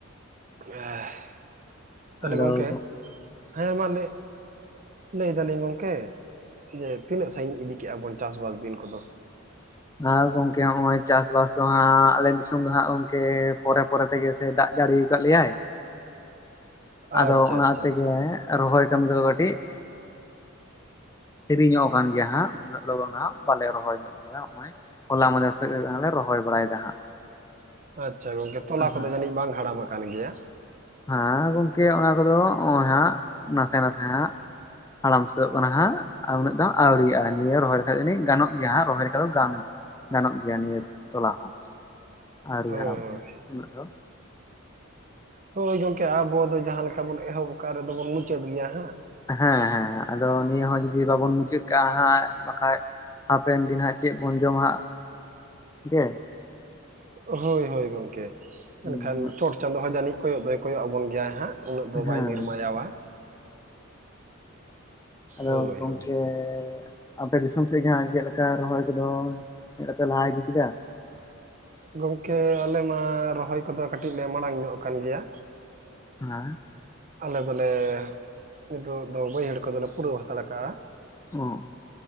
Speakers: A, on the right (about 40°); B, on the left (about 15°).
A: <unintelligible> ᱛᱟᱦᱚᱞᱮ
B: ᱟᱫᱚ
A: ᱜᱚᱢᱠᱮ ᱦᱮᱸ ᱢᱟ ᱞᱟᱹᱭ ᱞᱟᱹᱭ ᱫᱟᱞᱤᱧ ᱜᱚᱝᱠᱮ ᱡᱮ ᱛᱤᱱᱟᱹᱜ ᱥᱟᱺᱦᱤᱧᱡ ᱤᱫᱤ ᱠᱮᱫ ᱟᱵᱚᱱ ᱪᱟᱥ ᱵᱟᱥ ᱫᱤᱱ ᱠᱚ ᱫᱚ?
B: ᱟᱨ ᱜᱚᱝᱠᱮ ᱱᱚᱜᱼᱚᱭ ᱪᱟᱥᱵᱟᱥ ᱫᱚ ᱦᱟᱸᱜ ᱟᱞᱮ ᱫᱤᱥᱚᱢ ᱫᱚ ᱦᱟᱸᱜ ᱜᱚᱝᱠᱮ ᱯᱚᱨᱮ ᱯᱚᱨᱮ ᱛᱮᱜᱮ ᱥᱮ ᱫᱟᱜ ᱡᱟᱹᱲᱤ ᱟᱠᱟᱫ ᱞᱮᱭᱟᱭ,
A: ᱟᱪᱪᱷᱟ
B: ᱟᱫᱚ ᱚᱱᱟ
A: ᱟᱪᱪᱷᱟ
B: ᱛᱮᱜᱮ
A: ᱟᱪᱪᱷᱟ
B: ᱨᱚᱦᱚᱭ ᱠᱟᱹᱢᱤ ᱠᱚ ᱫᱚ ᱠᱟᱹᱴᱤᱡ ᱦᱤᱨᱤ ᱧᱚᱜ ᱟᱠᱟᱱ ᱜᱮᱭᱟ ᱦᱟᱸᱜ, ᱩᱱᱟᱹᱜ ᱞᱚᱜᱚᱱ ᱫᱚ ᱦᱟᱸᱜ ᱵᱟᱞᱮ ᱨᱚᱦᱚᱭ ᱧᱚᱜ ᱟᱠᱟᱫᱟ ᱱᱚᱜ ᱚᱭ ᱦᱚᱞᱟ ᱢᱟᱫᱷᱮᱨ <unintelligible> ᱜᱟᱱ ᱞᱮ ᱨᱚᱦᱚᱭ ᱵᱟᱲᱟᱭ ᱫᱟ ᱦᱟᱸᱜ,
A: ᱟᱪᱪᱷᱟ ᱜᱚᱝᱠᱮ ᱛᱚᱞᱟ
B: ᱦᱮᱸ
A: ᱠᱚᱫᱚ ᱡᱟᱹᱱᱤᱡ ᱵᱟᱝ ᱦᱟᱲᱟᱢᱟ ᱠᱟᱱ ᱜᱮᱭᱟ,
B: ᱦᱮᱸ ᱜᱚᱝᱠᱮ ᱚᱱᱟ ᱠᱚᱫᱚ ᱚᱭ ᱦᱟᱸᱜ ᱱᱟᱥᱮ ᱱᱟᱥᱮ ᱦᱟᱸᱜ, ᱦᱟᱲᱟᱢ ᱥᱟᱹ ᱚᱜ ᱠᱟᱱᱟ ᱦᱟᱸᱜ ᱟᱨ ᱩᱱᱟᱹᱜ ᱫᱷᱚ ᱟᱹᱣᱨᱤᱭᱟᱜᱼᱟ ᱱᱤᱭᱟᱹ ᱨᱚᱦᱚᱭ ᱞᱮᱠᱷᱟᱡ ᱫᱚ ᱡᱟᱹᱱᱤᱡ ᱜᱟᱱᱚᱜ ᱜᱮᱭᱟ ᱦᱟᱸᱜ, ᱨᱚᱦᱚᱭ ᱞᱮᱠᱷᱟ ᱫᱚ ᱜᱟᱱ ᱜᱟᱱᱚᱜ ᱜᱮᱭᱟ ᱱᱤᱭᱟᱹ ᱛᱚᱞᱟ ᱦᱚᱸ ᱟᱹᱣᱨᱤ
A: ᱦᱳᱭ
B: ᱦᱟᱲᱟᱢ
A: ᱦᱳᱭ
B: ᱚᱜ ᱟ ᱩᱱᱟᱹᱜ ᱫᱚ,
A: ᱦᱳᱭ ᱜᱚᱝᱠᱮ ᱟᱵᱚ ᱫᱚ ᱡᱟᱦᱟᱸ ᱞᱮᱠᱟ ᱵᱚᱱ ᱮᱦᱚᱵ ᱟᱠᱟᱫ ᱨᱮᱫᱚ ᱵᱚᱱ ᱢᱩᱪᱟᱹᱫ ᱜᱮᱭᱟ ᱦᱟᱸᱜ,
B: ᱦᱮᱸ ᱦᱮᱸ ᱟᱫᱚ ᱱᱤᱭᱟᱹ ᱦᱚᱸ ᱡᱩᱫᱤ ᱵᱟᱵᱚᱱ ᱢᱩᱪᱟᱹᱫ ᱠᱟᱜᱼᱟ ᱦᱟᱸᱜ ᱵᱟᱠᱷᱟᱡ ᱦᱟᱯᱮᱱ ᱫᱤᱱ ᱦᱟᱸᱜ ᱪᱮᱫ ᱵᱚᱱ ᱡᱚᱢᱟᱜ ᱜᱮ,
A: ᱦᱳᱭ ᱦᱳᱭ ᱜᱚᱝᱠᱮ
B: ᱦᱮᱸ
A: ᱢᱮᱱᱠᱷᱟᱱ ᱪᱚᱴ ᱪᱟᱸᱫᱳ ᱦᱚ ᱡᱟᱹᱱᱤᱡ ᱠᱚᱭᱚᱜ ᱫᱚᱭ ᱠᱚᱭᱚᱜ ᱟᱵᱚᱱ ᱜᱮᱭᱟᱭ ᱦᱟᱸᱜ, ᱩᱱᱟᱹᱜ ᱫᱚ
B: ᱦᱮᱸ
A: ᱵᱟᱭ ᱱᱤᱨᱢᱟᱭᱟᱣᱟ,
B: ᱟᱫᱚ
A: ᱦᱳᱭ
B: ᱜᱚᱝᱠᱮ
A: ᱦᱳᱭ
B: ᱟᱯᱮ ᱫᱤᱥᱚᱢ ᱥᱮᱫ ᱜᱮ ᱦᱟᱸᱜ ᱪᱮᱫ ᱞᱮᱠᱟ ᱨᱚᱦᱚᱭ ᱠᱚᱫᱚ ᱪᱮᱫ ᱞᱮᱠᱟᱯᱮ ᱞᱟᱦᱟ ᱤᱫᱤ ᱠᱮᱫᱟ?
A: ᱜᱚᱝᱠᱮ ᱟᱞᱮ ᱢᱟ ᱨᱚᱦᱚᱭ ᱠᱚᱫᱚ ᱠᱟᱹᱴᱤᱡ ᱞᱮ ᱢᱟᱲᱟᱝ ᱧᱚᱜ ᱟᱠᱟᱱ ᱜᱮᱭᱟ,
B: ᱦᱮᱸ,
A: ᱟᱞᱮ ᱫᱚᱞᱮ ᱱᱤᱛᱚᱜ ᱫᱚ ᱵᱟᱹᱭᱦᱟᱹᱲ ᱠᱚᱫᱚ ᱞᱮ ᱯᱩᱨᱟᱹᱣ ᱦᱟᱛᱟᱲ ᱠᱟᱜᱼᱟ,
B: ᱚᱸ